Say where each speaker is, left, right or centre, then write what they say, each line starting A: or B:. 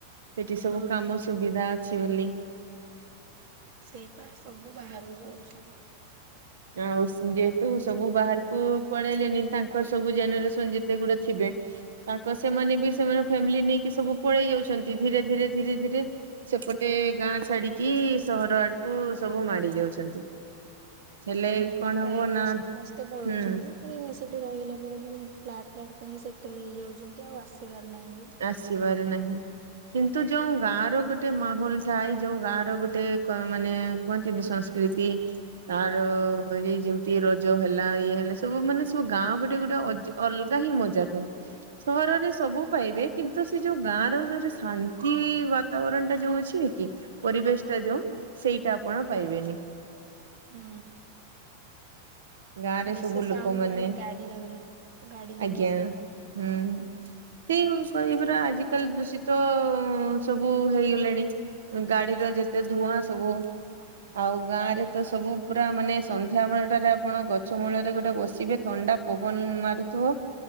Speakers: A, on the right (about 85°); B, on the right (about 55°).
A: ସେଠି
B: ହଁ।
A: ସବୁ କାମ ସୁବିଧା ଅଛି ବୋଲି।
B: ସେଇ ପା ସବୁ ବାହାରକୁ ପଳଉଛନ୍ତି।
A: ଆଉ ଯେହେତୁ ସବୁ ବାହାରକୁ ପଳେଇଲେନି ତାଙ୍କର ସବୁ ଜେନେରେସନ ଯେତେ ଗୁଡା ଥିବେ? ତାଙ୍କ ସେମାନେ ବି ସେମାନେ ଫ୍ୟାମିଲି ନେଇକି ସବୁ ପଳେଇ ଯାଉଛନ୍ତି। ଧୀରେ ଧୀରେ ଧୀରେ ଧୀରେ। ସେପଟେ ଗାଁ ଛାଡିକି ସହର ଆଡକୁ ସବୁ ମାଡି ଯାଉଛନ୍ତି। ହେଲେ
B: ହଁ
A: କଣ
B: ପ୍ରାୟ
A: ହବ ନା
B: ସମସ୍ତେ ପଳଉଛନ୍ତି।
A: ହୁଁ
B: ପୁଣି ସେଇଠି ରହିଲା ପରେ ପୁଣି ଫ୍ଲାଟ ଫ୍ଲାଟ୍ ପଣି ସେଟେଲ ହେଇଯାଉଛନ୍ତି ଆଉ ଆସିବାର ନାହିଁ ବି।
A: ଆସିବାରେ ନାହିଁ। କିନ୍ତୁ ଯୋଉ ଗାଁ ର ଗୋଟେ ମାହୋଲ ଥାଏ ଯୋଉ ଗାଁ ର ଗୋଟେ ମାନେ କୁହନ୍ତିନି ସଂସ୍କୃତି। ତାର ଏଇ ଯେମିତି ରଜ ହେଲା ଇଏ ହେଲା ସବୁ ମାନେ ସବୁ ଗାଁ ଗୋଟେ ଗୋଟେ ଅଜ ଅଲଗା ହିଁ ମଜା ଥାଏ ସହରରେ ସବୁ। ପାଇବେ କିନ୍ତୁ ସେ ଯୋଉ ଗାଁ ରୋଟ ଶାନ୍ତି ବାତାବରଣ ଟା ଯୋଉ ଅଛି ନ କି? ପରିବେଶଟା ଯୋଉ ସେଇଟା ଆପଣ ପାଇବେନି।
B: ହୁଁ।
A: ଗାଁରେ
B: ବେଶୀ
A: ସବୁ ଲୋକମାନେ
B: ସାଉଣ୍ଡ ମାନେ ଗାଡିର ବି। ଗାଡି ଯିବା
A: ଆଜ୍ଞା
B: ଆସିବା
A: ହୁଁ।
B: କରେ।
A: ସେ କହିବୁର ଆଜିିକାଲି ଦୂଷିତ ସବୁ ହେଇଗଲେଣି। ଗାଡିର ଯେତେ ଧୂଆଁ ସବୁ। ଆଉ ଗାଁରେ ତ ସବୁ ପୁରା ମାନେ ସନ୍ଧ୍ୟାବେଳ ଟାରେ ଆପ ଆପଣ ଗଛ ମୂଳରେ ଗୋଟେ ବସିବେ ଥଣ୍ଡା ପବନ ମାରୁଥିବ।